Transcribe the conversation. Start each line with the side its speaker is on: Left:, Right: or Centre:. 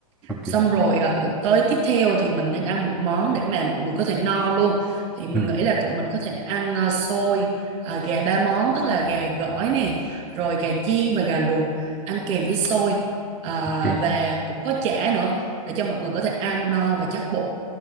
Centre: ok
Right: xong rồi ờ, tới tiếp theo thì mình nên ăn một món để mà mọi người có thể no luôn thì mình
Centre: ừ
Right: nghĩ là tụi mình có thể ăn ờ, xôi ờ, gà ba món tức là gà gỏi nè rồi gà chiên và gà luộc ăn kèm với xôi Ờ,
Centre: ok
Right: và cũng có chả nữa để cho mọi người có thể ăn no và chắc bụng